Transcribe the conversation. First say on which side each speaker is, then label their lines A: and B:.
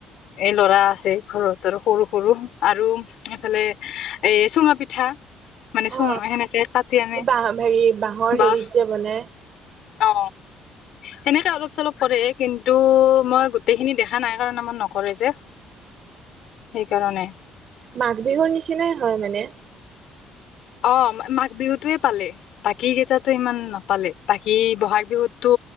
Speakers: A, on the left (about 60°); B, on the right (about 40°).
A: এ ল'ৰা আছে ঘৰত আৰু সৰু - সৰু আৰু এইফালে এই চুঙা পিঠা মানে চুঙ
B: অ,
A: সেনেকে কাটি আনে
B: কিবা হেৰি বাঁহৰ
A: বা
B: হেৰিত যে বনাই।
A: অ। সেনেকে অলপ - চলপ কৰে কিন্তু মই গোটেইখিনি দেখা নাই কাৰণ আমাৰ নকৰে যে।
B: উ <inaudible>
A: সেইকাৰণে।
B: মাঘ বিহুৰ নিচিনাই হয় মানে।
A: অ মা মাঘ বিহুটোৱে পালে। বাকী কেইটাতো ইমান নাপালে, বাকী বহাগ বিহুতো